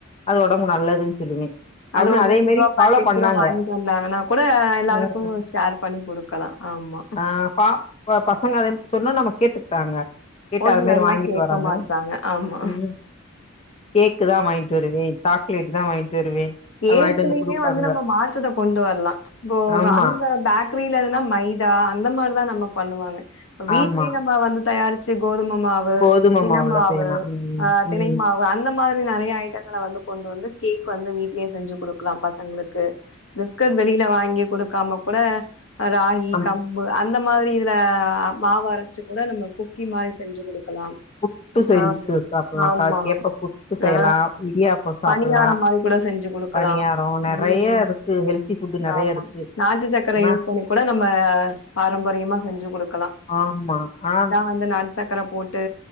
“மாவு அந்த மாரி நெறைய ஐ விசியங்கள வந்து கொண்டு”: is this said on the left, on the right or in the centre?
Left